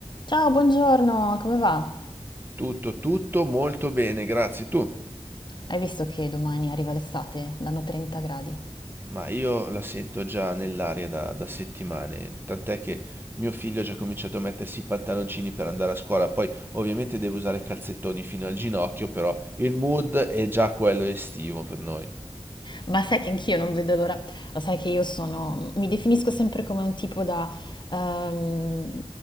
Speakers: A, on the left; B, on the right.
A: Ciao, buongiorno, come va?
B: Tutto, tutto molto bene, grazie. Tu?
A: Hai visto che domani arriva l'estate? Danno 30 gradi.
B: Ma io la sento già nell'aria da, da settimane, tant'è che mio figlio ha già cominciato a mettersi i pantaloncini per andare a scuola, poi ovviamente deve usare i calzettoni fino al ginocchio, però il mood è già quello estivo per noi.
A: Ma sai che anch'io non vedo l'ora. Lo sai che io sono, mi definisco sempre come un tipo da ehm,